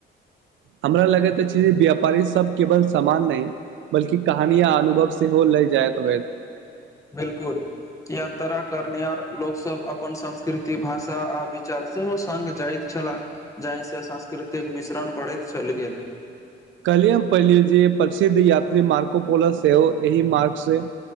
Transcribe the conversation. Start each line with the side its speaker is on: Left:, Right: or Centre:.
Right: हमरा लगैत अछि जे व्यापारी सब केवल समान नहि, बलकी कहानी या अनुभव सेहो लए जायत होएत।
Left: 'बिलकुल'! यात्रा करनिहार लोक सब, अपन संस्कृति भाषा आ विचार सेहो सग जाइत छलाह, जाहिसँ सांस्कृतिक मिश्रण बढ़ैत चल गेल।
Right: कलियम पढलिये जेप्रसिद्ध यात्री मार्कोपोल सेहो एहि मार्क से